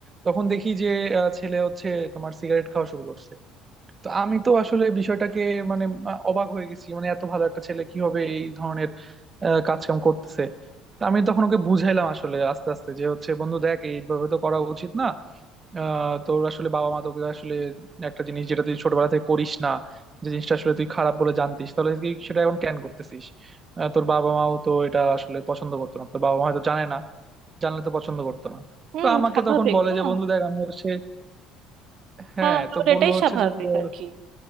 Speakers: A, on the right; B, on the right.
A: তখন দেখি যে আহ, ছেলে হচ্ছে তোমার সিগারেট খাওয়া শুরু করছে তো আমি তো আসলে বিষয়টাকে মানে আহ, অবাক হয়ে গেছি মানে এত ভালো একটা ছেলে কিভাবে এই ধরনের আহ, কাজকাম করতেছে তো আমি তখন ওকে বুঝাইলাম আসলে আস্তে আস্তে যে হচ্ছে বন্ধু দেখ এইভাবে তো করা উচিত না আহ তোর আসলে বাবা মা তোকে আসলে একটা জিনিস যেটা তুই ছোটবেলা থেকে করিস না যে জিনিসটা আসলে তুই খারাপ বলে জানতিস তাহলে কি সেটা এখন ক্যান করতেছিস আহ, তোর বাবা মাও তো এটা আসলে পছন্দ করতো না তোর বাবা মা হয়তো জানে না জানলে তো পছন্দ করতো না
B: হুম
A: তো আমাকে
B: স্বাভাবিক
A: তখন বলে
B: না
A: যে বন্ধু দেখ আমি হচ্ছে হ্যাঁ
B: হ্যাঁ তোর
A: তো বললো
B: এটাই
A: হচ্ছে
B: স্বাভাবিক
A: যে ব-
B: আর কি